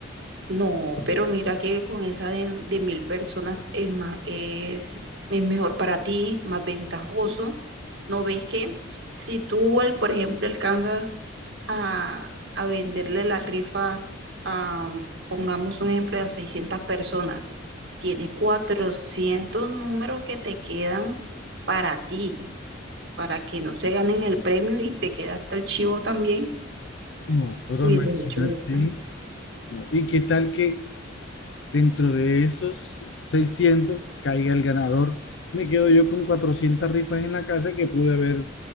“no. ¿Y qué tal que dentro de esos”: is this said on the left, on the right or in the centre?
Left